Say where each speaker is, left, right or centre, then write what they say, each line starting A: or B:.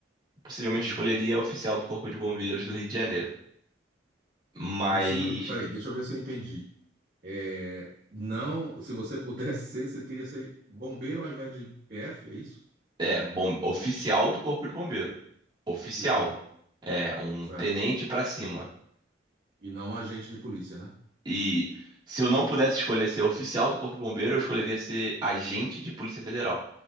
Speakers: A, on the right (about 25°); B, on the right (about 50°).
A: possivelmente
B: Hum.
A: escolheria oficial do Corpo de Bombeiros do Rio de Janeiro. Mas
B: Em cima do. Peraí, deixa eu ver se eu entendi. É, não, se você pudesse ser, você queria ser bombeiro ao invés de PF, é isso?
A: É, bom, oficial do Corpo de Bombeiro. Oficial.
B: Oficial,
A: É, um
B: certo.
A: tenente pra cima.
B: E não agente de polícia, né?
A: E se eu não pudesse escolher ser oficial do Corpo de Bombeiro, eu escolheria ser agente de Polícia Federal.